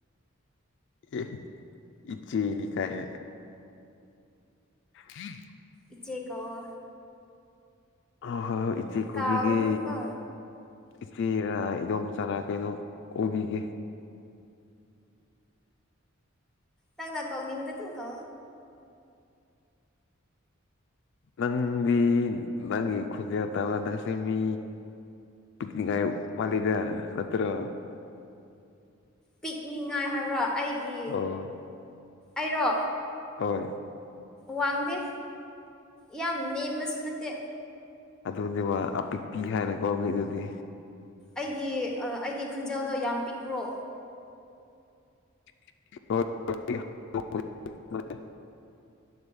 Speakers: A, on the left; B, in the centre.
A: ꯑꯦ ꯏꯆꯦꯅꯤ ꯀꯥꯏ ꯎꯝ
B: ꯏꯆꯦꯀꯑꯣ
A: ꯍ ꯍꯣꯏ ꯍꯣꯏ ꯏꯆꯤ ꯀꯣꯕꯤꯒꯤ
B: ꯀꯥꯎꯒꯅꯨꯀꯣ
A: ꯏꯆꯦꯔ ꯏꯗꯣꯝ ꯆꯥꯔꯥ ꯀꯦꯗꯣ ꯑꯣꯏꯕꯤꯒꯦ
B: ꯅꯪ ꯅ ꯀꯧꯅꯤꯃꯤꯗ ꯊꯝ ꯀ
A: ꯅꯪꯗꯤ ꯅꯪꯒꯤ ꯈꯨꯟꯖ ꯇꯥꯕ ꯅꯪꯁ ꯃꯤ ꯄꯤꯛꯅꯤꯛ ꯍꯥꯏ ꯃꯥꯂꯦꯗ ꯅꯠꯇ꯭ꯔꯣ
B: ꯄꯤꯛꯅꯤꯉꯥꯏ ꯍꯥꯏꯕ꯭ꯔꯣ ꯑꯩꯒꯤ
A: ꯑꯣ
B: ꯑꯩꯔꯣ
A: ꯍꯣꯏ
B: ꯋꯥꯡꯗꯦ ꯌꯥꯝ ꯅꯦꯝꯃꯁꯨ ꯅꯠꯇꯦ
A: ꯑꯗꯨꯅꯦ ꯃꯥ ꯑꯄꯤꯛꯄꯤ ꯍꯥꯏꯅꯀꯣ ꯃꯤꯗꯨꯗꯤ
B: ꯑꯩꯒꯤ ꯑꯩꯒꯤ ꯈꯨꯟꯖꯦꯜꯗꯣ ꯌꯥꯝ ꯄꯤꯛꯄ꯭ꯔꯣ
A: <unintelligible>